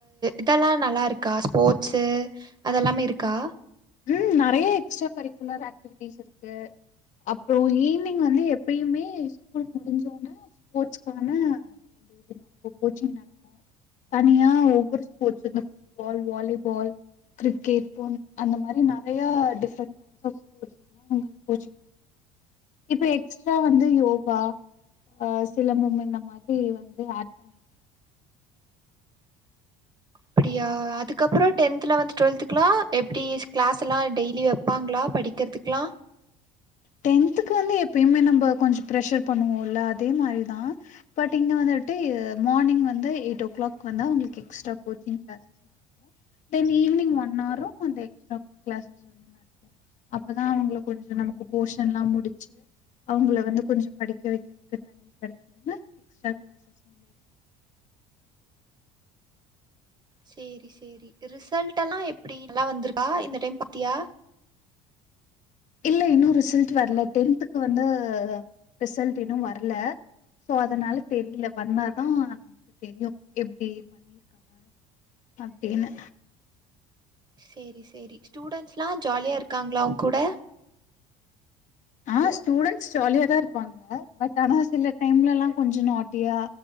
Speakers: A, on the right (about 25°); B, on the left (about 50°).
A: இதெல்லா நல்லாருக்கா ஸ்போர்ட்ஸு அதெல்லாமே இருக்கா
B: ம் நறைய எக்ஸ்ட்ரா கரிக்குலர் ஆக்டிவிட்டிஸ் இருக்கு அப்றோ ஈவினிங் வந்து எப்பயுமே ஸ்கூல் முடிஞ்சோன்ன ஸ்போர்ட்ஸ்தான அது இது நடக்கு கோச்சிங் நடக்கு தனியா ஒவ்வொரு ஸ்போர்ட்ஸ் வந்து ஃபுட்பால் வாலிபால் கிரிக்கெட் போன் அந்த மாரி நறைய டிஃப்ரெண்டஸ் ஜாய்ஸ் ஆப் ஸ்போர்ட்ஸ் நா உங்க கோச் இப்ப எக்ஸ்ட்ரா வந்து யோகா ஆ சிலம்பம் இந்த மாரி வந்து ஆட் பண்ணிரு
A: அப்பிடியா அதுக்கப்றோ டென்த் லெவல்த் டுவெல்த்குலா எப்டி கிளாஸ்லா டெய்லி வெப்பாங்களா படிக்கிறதுக்கலா
B: டென்த்துக்கு வந்து எப்பயுமே நம்ம கொஞ்சோ ப்ரெஷர் பண்ணுவோல அதே மாரிதா பட் இங்கே வந்துட்டு மார்னிங் வந்து எயிட் ஓ கிளாக் வந்தா அவுங்களுக்கு எக்ஸ்ட்ரா கோச்சிங் கிளாஸஸ் நடக்கு தென் ஈவினிங் ஒன் ஹாரு அந்த எக்ஸ்ட்ரா கிளாஸஸ் வந்து நடக் அப்போதா அவுங்கள கொஞ்சோ நமக்கு போஷன்ல்லா முடிச்சு அவுங்கள வந்து கொஞ்சோ படிக்க வைக்கிறதுக்கு டைம் கெடைக்கனுன்னு எக்ஸ்ட்ரா கிளாஸ்சஸ் வந்து எடு
A: சேரி சேரி ரிசல்ட்ல்லா எப்பிடி நல்லா வந்துருக்கா இந்த டைம் பாத்தியா
B: இல்ல இன்னு ரிசல்ட் வரல டென்துக்கு வந்து ரிசல்ட் இன்னு வரல சோ அதனால தெரில வந்தாதா நமக்கு தெரியு எப்டி பண்ணிருக்காங்க அப்டின்னு
A: சேரி சேரி ஸ்டூடண்ஸ்லா ஜாலியா இருக்காங்களா ஒங் கூட
B: ஆ ஸ்டூடண்ட்ஸ் ஜாலியாதா இருப்பாங்க பட் ஆனா சில டைம்லலா கொஞ்சோ நாட்டியா